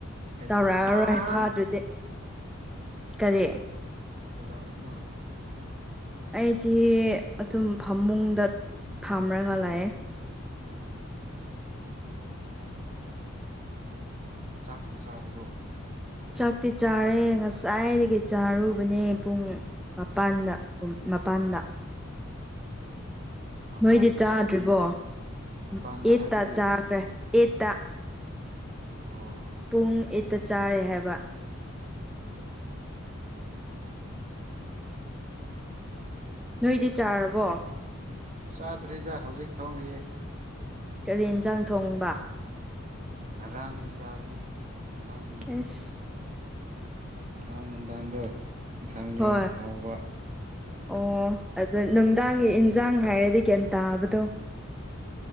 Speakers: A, on the right; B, in the centre.
A: ꯀꯩꯗꯧꯔꯤꯅꯣ
B: ꯇꯧꯔꯛꯑꯔꯣꯏ
A: ꯍꯧꯖꯤꯛꯇꯤ
B: ꯐꯥ ꯑꯗꯨꯗꯤ ꯀꯔꯤ
A: ꯀꯦꯗꯧꯔꯤꯅꫭ
B: ꯑꯩꯗꯤ ꯑꯗꯨꯝ ꯐꯃꯨꯡꯗ ꯐꯝꯃꯥꯒ ꯂꯥꯛꯑꯦ
A: ꯆꯥꯛꯇꯤ ꯆꯥꯔꯕꯣ
B: ꯆꯥꯛꯇꯤ ꯆꯥꯔꯦ ꯉꯁꯥꯏꯗꯒꯤ ꯆꯥꯔꯨꯕꯅꯦ ꯄꯨꯡ ꯃꯄꯥꯟꯗ ꯃꯄꯥꯟꯗ
A: ꯃꯄꯥꯟꯗ
B: ꯅꯣꯏꯗꯤ ꯆꯥꯗ꯭ꯔꯤꯕꯣ
A: ꯍꯥꯏꯕꯗꯤ
B: ꯑꯩꯠꯇ
A: ꯃꯄꯥꯟꯗ ꯍꯥꯏꯕꯗꯤ
B: ꯆꯥꯈ꯭ꯔꯦ ꯑꯩꯠꯇ
A: ꯑꯣ
B: ꯄꯨꯡ ꯑꯏꯠꯇ ꯆꯥꯔꯦ ꯍꯥꯏꯕ ꯅꯣꯏꯗꯤ ꯆꯥꯔꯕꯣ
A: ꯆꯥꯗ꯭ꯔꯤꯗ ꯍꯧꯖꯤꯛ ꯊꯣꯡꯔꯤꯌꯦ
B: ꯀꯔꯤ ꯌꯦꯟꯁꯥꯡ ꯊꯣꯡꯕ
A: ꯉꯔꯥꯡꯒꯤ ꯆꯥꯔꯅꯤ ꯉꯔꯥꯡ
B: ꯑꯁ
A: ꯅꯍꯥꯟ ꯅꯨꯡꯗꯥꯡꯗꯨ ꯌꯦꯟꯁꯥꯡ
B: ꯍꯣꯏ
A: ꯌꯥꯝ ꯍꯥꯎꯕ
B: ꯑꯣ ꯑꯗꯨ ꯅꯨꯡꯗꯥꯡꯒꯤ ꯏꯟꯖꯥꯡ ꯍꯥꯏꯔꯗꯤ ꯒꯤꯌꯥꯟ ꯇꯥꯕꯗꯣ